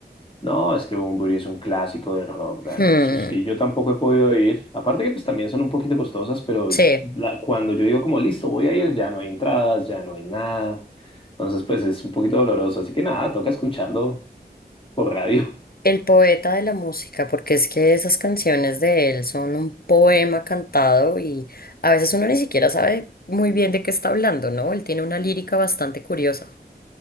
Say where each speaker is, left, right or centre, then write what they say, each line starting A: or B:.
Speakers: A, on the left; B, on the left.
A: No, es que Bunbury es un clásico del rock, Dani,
B: Hmm,
A: eso sí, yo tampoco he podido ir. Aparte que pues también son un poquito costosas, pero
B: sí.
A: la- cuando yo digo como listo, voy a ir, ya no hay entradas, ya no hay nada. Entonces pues es un poquito doloroso, así que nada, toca escucharlo por radio.
B: El poeta de la música, porque es que esas canciones de él son un poema cantado y a veces uno ni siquiera sabe muy bien de qué está hablando, ¿no? Él tiene una lírica bastante curiosa.